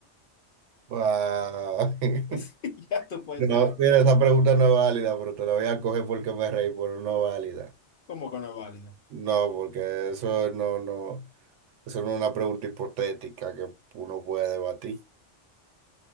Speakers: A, on the right; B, on the left.
A: Wow. <laughs>
B: <laughs> Ya tú puedes
A: No,
B: saber
A: mira, esa pregunta no es válida, pero te la voy a coger porque me reí, pero no es válida.
B: cómo que no es válido.
A: No, porque eso no, no. Esa es una pregunta hipotética que uno puede debatir,